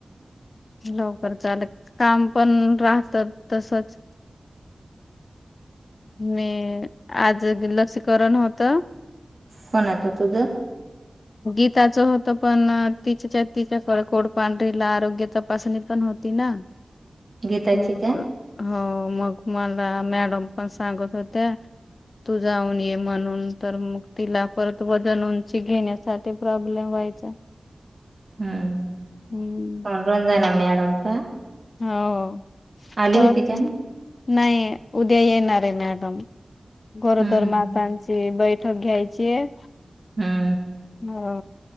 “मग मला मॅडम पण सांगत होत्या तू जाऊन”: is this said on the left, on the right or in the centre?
Left